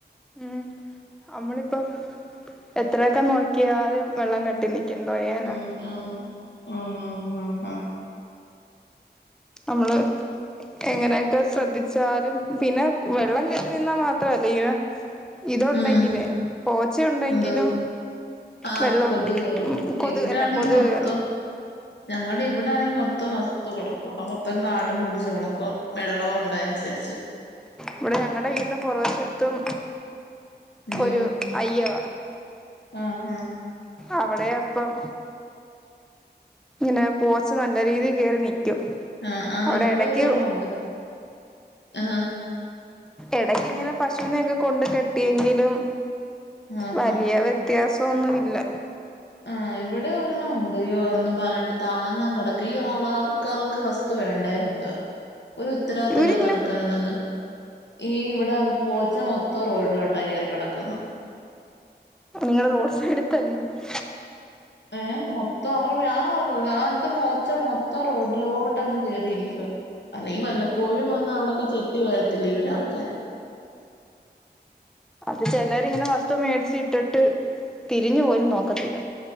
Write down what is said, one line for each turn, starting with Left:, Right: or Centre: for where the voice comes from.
Centre: ഉം അമ്മളിപ്പൊ എത്രയൊക്കെ നോക്കിയാലും വെള്ളം കെട്ടിനി കെന്തോയാന
Left: ഉം ആന്ന് ആന്ന് ആന്ന് ആഹ്
Centre: അമ്മള് എങ്ങനെയൊക്കെ സ്രദ്ധിച്ചാലും പിന്നെ വെള്ളം കേട്ടി നിന്നാ മാത്രല്ലെ ഇയ ഇതുണ്ടെങ്കിലേ
Left: ഉം
Centre: പോച്ച ഉണ്ടെങ്കിലും
Left: എന്തുവാ ആഹ്
Centre: വെള്ളം
Left: കൊതു കേറും
Centre: ഉം കൊതു
Left: ഇവിടെ
Centre: അല്ല
Left: ആണെങ്കി
Centre: കൊതു
Left: മൊത്തം
Centre: കേറും
Left: ഞങ്ങടെ ഇവിടായി മൊത്തം വസ്തു കടക്ക. അവടെ മൊത്തം കാടും പിടിച്ച് കടക്ക്വാ. വെള്ളവുണ്ട് അയ്നൻസര്ച്ച്
Centre: ഇവടെ ഞങ്ങടെ വീടിന്റെ പൊറവശത്തും
Left: ഉം
Centre: ഒരു അയ്യ
Left: ആഹ് ആഹ്
Centre: അവെടെ അപ്പം ങ്ങനെ പോച്ച് നല്ല രീതി കേറി നിക്കും.
Left: ആഹ് ആമി
Centre: അവിടെ
Left: ഇവടെ
Centre: എടക്ക്
Left: ഒരു ആണുണ്ട് ആഹ്
Centre: എടക്ക് ഇങ്ങനെ പശുവിനൊക്കെങ്ങനെ കൊണ്ട് കെട്ടിയെങ്കിലും
Left: ആഹ്
Centre: വലിയ
Left: ആഹ്
Centre: വ്യത്യാസൊന്നുല്ല.
Left: ആഹ് ഇവിടെ ഒരെണ്ണം ഉണ്ട് യോ ന്നും പറയണ്ട് താന്നങ് കെടക്ക ഈ <unintelligible> തു വേണ്ട എന്തൊ. ഒരു ഉത്തരവാദിത്ത
Centre: ഇവരിങ്ങനെ
Left: ഇല്ലാത്ത ആൾക്കാരാ തൊന്ന് ഈ ഇവടെ പോച്ച മൊത്തം റോഡിലോട്ടാ കേറി കെടക്കുന്നെ
Centre: നിങ്ങള് റോഡ് സൈഡ് ക്കെന്നേന്നൊ.
Left: ഏഹ് മൊത്തം അവർ ആഹ് ആ വ്ത്തെ മോച്ച മൊത്തം റോഡിലോട്ട് അങ്ങ് കേറിയിരിക്കുവ അല്ലെങ്കി വല്ലപ്പോഴും വന്ന് അവിടൊക്കെ ചെത്തി വയർത്തില്ലെ ഇവരാൾക്കാര്.
Centre: അത് ചെലര് ഇങ്ങനെ വസ്തു മേടിച്ചിട്ടിട്ട് തിരിഞ്ഞു പോലും നോക്കത്തില്ല.